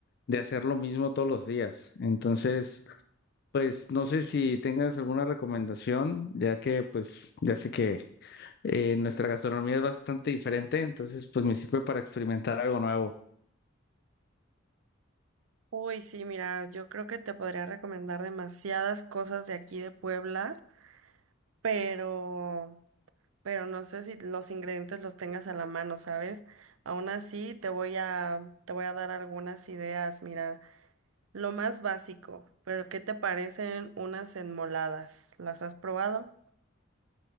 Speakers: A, on the left; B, on the right.
A: de hacer lo mismo todos los días. Entonces, pues no sé si tengas alguna recomendación, ya que pues ya sé que eh, nuestra gastronomía es bastante diferente, entonces pues me sirve para experimentar algo nuevo.
B: Uy, sí, mira, yo creo que te podría recomendar demasiadas cosas de aquí de Puebla, pero, pero no sé si los ingredientes los tengas a la mano, ¿sabes? Aún así, te voy a, te voy a dar algunas ideas. Mira, lo más básico, pero ¿qué te parecen unas enmoladas? ¿Las has probado?